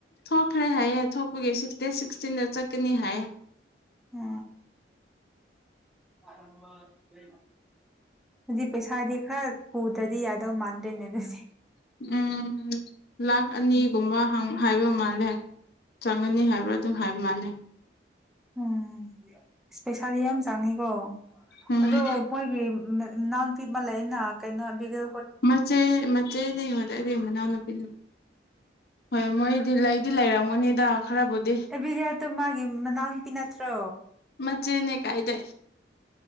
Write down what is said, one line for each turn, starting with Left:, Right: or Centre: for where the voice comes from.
Left: ꯊꯣꯛꯈ꯭ꯔꯦ ꯍꯥꯏꯌꯦꯦ ꯊꯣꯛꯄꯒꯤ ꯁꯤꯛꯁꯇ ꯆ ꯀꯅꯤ ꯍꯥꯏ
Centre: ꯑ ꯑꯗꯨꯖꯤꯗꯤ ꯄꯩꯁꯥ ꯗ ꯈꯔ ꯐ ꯗꯗꯤ ꯌꯥꯗꯧ ꯃꯥꯟꯗ꯭ꯔꯦꯅꯦ ꯑꯗꯨꯗꯤ
Left: ꯎꯝ ꯂꯥꯛ ꯑꯅꯤꯒꯨꯝꯕ
Centre: ꯑꯗꯨꯒꯤ
Left: ꯍꯥꯏꯕ ꯃꯥꯜꯂꯦ ꯆꯪꯉꯅꯤ ꯍꯥꯏꯕ꯭ꯔꯥ ꯑꯗꯨꯝ ꯍꯥꯏꯕ ꯃꯥꯂꯦ
Centre: ꯎꯝ ꯄꯩꯁꯥꯗꯤ ꯌꯥꯝ ꯆꯥꯡꯉꯤꯀꯣ
Left: ꯎꯝ
Centre: ꯑꯗꯣ ꯃꯣꯏꯒꯤ ꯅꯥꯟꯟ ꯄꯤꯃꯂ ꯏꯅ ꯀꯩꯅꯣꯕꯒ
Left: ꯃꯆꯦ ꯃꯦꯅꯦ ꯗꯤꯩ ꯃꯅꯥꯎ ꯅꯨꯨꯄꯤ ꯍꯣꯏ ꯃꯣꯏꯗꯤ ꯂꯩꯗꯤ ꯂꯩꯔꯝꯒꯅꯤꯗ ꯈꯔꯕꯨꯗꯤ
Centre: ꯑꯦꯕꯤꯒꯜꯗꯣ ꯃꯥꯒꯤ ꯃꯅꯥꯎꯅꯨꯄꯤ ꯅꯠꯇ꯭ꯔꯣ
Left: ꯃꯆꯦꯅꯦ ꯀꯥꯏꯗ